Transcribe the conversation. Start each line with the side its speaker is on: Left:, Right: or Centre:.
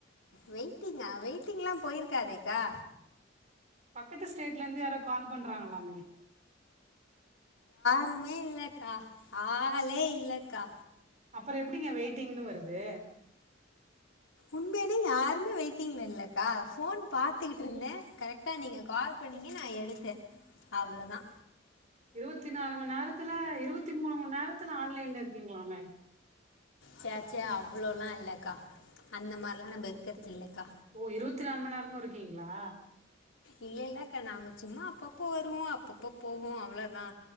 Left: வெயிட்டிங்கா வெயிட்டிங் எல்லாம் போயிருக்காதேக்கா
Right: பக்கத்து ஸ்டேட்ல இருந்து யாரோ கால் <unintelligible> பண்றாங்களாமே
Left: எதுமே இல்லக்கா ஆளே இல்லக்கா
Right: அப்புற எப்படிங்க வெயிட்டிங்னு வருது
Left: உண்மையாலே யாருமே வெயிட்டிங்ல இல்லக்கா ஃபோன் பாத்துக்கிட்டு இருந்தே கரெக்டா நீங்க கால் பண்ணீங்க நான் எடுத்தே அவ்ளோதா
Right: இருவத்தி நாலு மண் நேரத்துல இருவத்தி மூணு மண் நேரத்துல ஆன்லைன்ல இருக்கீங்ளாமே
Left: ச்சே ச்சே அவ்ளோலா இல்லக்கா அந்த மாரிலா நம்ம இருக்குறது இல்லக்கா
Right: ஓ இருபத்தி நாலு மணி நேரமு இருக்கீங் ங்ளா
Left: இல்ல இல்லக்கா நாம சும்மா அப்பப்போ வருவோ அப் அப்பப்போ போகு அவ்ளோதா